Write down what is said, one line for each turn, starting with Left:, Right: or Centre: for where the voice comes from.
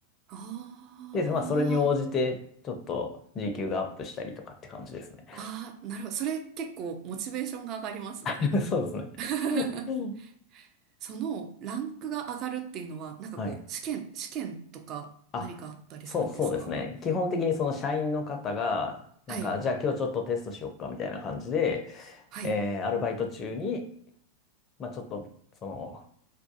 Right: ああ。
Left: で、まあ、それに応じて、ちょっと時給がアップしたりとかって感じですね。
Right: ああ、なるほど。それ結構モチベーションが上がりますね。
Left: <laughs> そうですね。
Right: <laughs>
Left: うん
Right: そのランクが上がるっていうのは、なんかこう、
Left: はい。
Right: 試験、試験とか何かあったりするんですか
Left: あ、そうそうですね。基本的にその社員の方が、なんか、
Right: はい。
Left: じゃあ今日ちょっとテストしよっかみたいな感じで、
Right: はい。
Left: えーアルバイト中に、まあ、ちょっと、その、